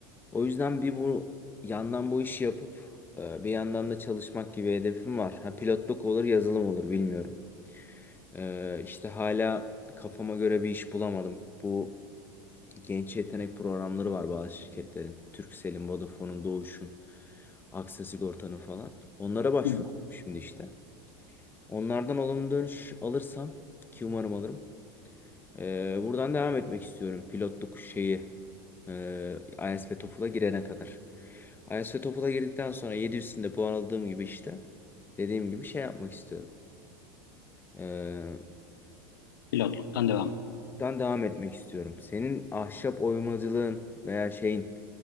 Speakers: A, on the left; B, on the left.
A: O yüzden bir bu yandan bu işi yapıp e, bir yandan da çalışmak gibi hedefim var. Ha pilotluk olur, yazılım olur bilmiyorum. E, işte hala kafama göre bir iş bulamadım. Bu genç yetenek programları var bazı şirketlerin. Turkcell'in, Vodafone'un, Doğuş'un, Aksa Sigorta'nın falan. Onlara başvuruyorum
B: hı.
A: şimdi işte. Onlardan olumlu dönüş alırsam ki umarım alırım. Ee, buradan devam etmek istiyorum. Pilotluk şeyi. E, IELTS ve TOEFL'a girene kadar. IELTS ve TOEFL'a girdikten sonra 700'ünde puan aldığım gibi işte. Dediğim gibi şey yapmak istiyorum. Ee,
B: Pilotluktan devam.
A: buradan devam etmek istiyorum. Senin ahşap oymacılığın veya şeyin